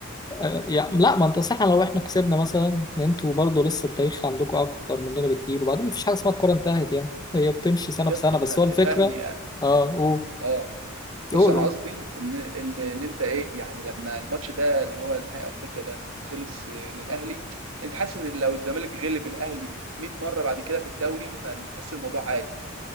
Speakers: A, on the left (about 20°); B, on the right (about 75°).
A: آه، يعني لا ما انت صح لو احنا كسبنا مثلا ان انتوا برضه لسه التاريخ عندكم اكتر مننا بكتير وبعدين مفيش حاجة اسمها الكورة انتهت يعني هي بتمشي سنة
B: يض-
A: بسنة
B: افهم
A: بس هو
B: افهمني
A: الفكرة
B: اه
A: اه قول
B: آه.
A: قول
B: بص انا
A: قول
B: قصدي ان ان ان انت ايه يعني لما الماتش ده اللي هو نهائي افريقيا ده خلص آه، للاهلي انت حاسس ان لو الزمالك غلب الاهلي 100 مره بعد كده في الدوري فتحس الموضوع عادي